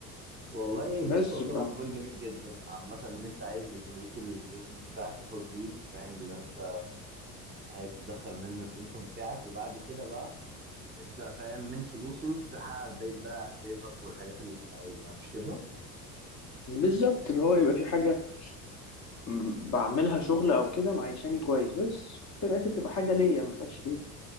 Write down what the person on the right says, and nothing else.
والله بص
هو طبعا
جول جميل جدا عامة ان انت عايز يكون ليك البيزنس بتاعك الخاص بيك فاهم اللي انت عايز تدخل منه الانكم بتاعك وبعد كده بقى تبدأ فاهم من فلوسه تحقق بقية بقى أهدافك والحاجات اللي أنت عايزها مش كده؟